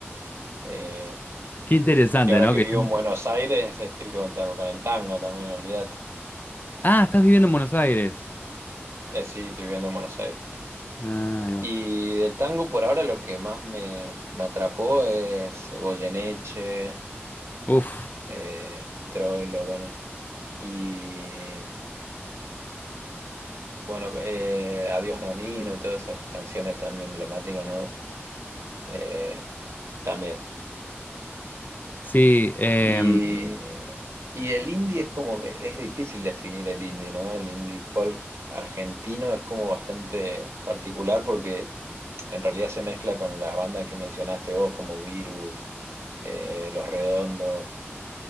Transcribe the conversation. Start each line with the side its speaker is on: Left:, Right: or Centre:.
Right: Eh,
Left: Qué interesante,
Right: y ahora
Left: ¿no?
Right: que
Left: Que
Right: vivo
Left: yo-
Right: en Buenos Aires, estoy con, con el tango también, olvídate.
Left: Ah, estás viviendo en Buenos Aires.
Right: Eh, sí, estoy viviendo en Buenos Aires.
Left: Ah, ahí va.
Right: Y del tango por ahora lo que más me, me atrapó es Goyeneche,
Left: Uf,
Right: eh, Troilo, bueno. Y Bueno, eh, Adiós Nonino y todas esas canciones tan emblemáticas, ¿no? Eh, también.
Left: sí, em,
Right: Y, y el indie es como que es difícil definir el indie, ¿no? El indie folk argentino es como bastante particular porque en realidad se mezcla con las bandas que mencionaste vos, como Virus, eh, Los Redondos,